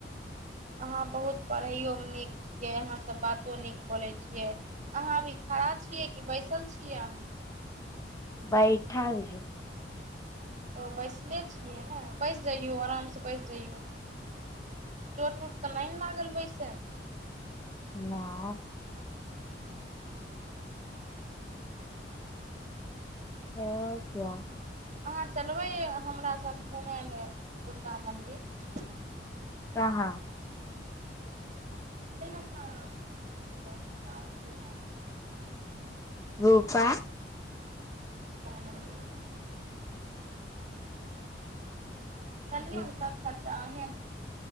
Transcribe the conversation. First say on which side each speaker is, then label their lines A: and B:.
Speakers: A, on the right (about 45°); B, on the left (about 20°).
A: अहाँ बहुत पढ़ैओमे नीक छियै अहाँसभ बातो नीक बोलै छियै अहाँ अभी खड़ा छियै कि बैसल छियै अहाँ
B: बैठल
A: ओ बैसनेे छियै ने बचि जइयऔ आरामसँ बचि जइयऔ चोट उट तऽ नहि ने लागल वैसे
B: न ह कय <unintelligible>
A: अहाँ चलबै हमरा सभ घुमय लेल दुर्गा मन्दिर
B: कहाँ
A: छै ने अपना मन्दिर व दुर्गा <unintelligible> मिर घुम <unintelligible>
B: रूपा
A: का मन्दिर चलियौ
B: रूपा
A: न सब खर्चा अहीं